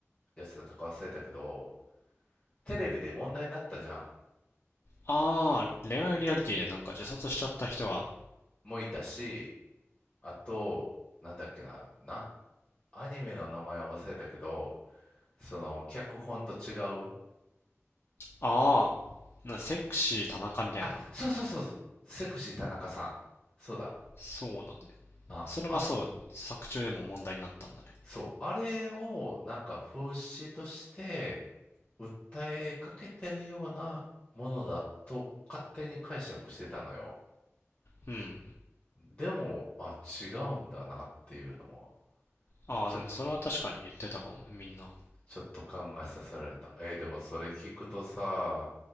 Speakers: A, on the left; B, on the left.
A: やつだったか忘れたけど、テレビで問題になったじゃん。
B: ああ、恋愛リアリティでなんか自殺しちゃった人が、
A: もういたし、あと、なんだっけな、な、アニメの名前は忘れたけど、その、脚本と違う。
B: ああ、なんかセクシー田中みたいな。
A: あ、そうそうそうそう。セクシー田中さん。そうだ。
B: そうだね。
A: あ、
B: それがそう、
A: あ、
B: 作中でも問題になったんだね。
A: そう、あれをなんか風刺として訴えかけてるようなものだと勝手に解釈してたのよ。
B: うん。
A: でも、あ、違うんだなっていうのも、
B: ああ、
A: ちょ、
B: なんかそれは確かに言ってたかもね、みんな。
A: ちょっと考えさせられた。えーでもそれ聞くとさ、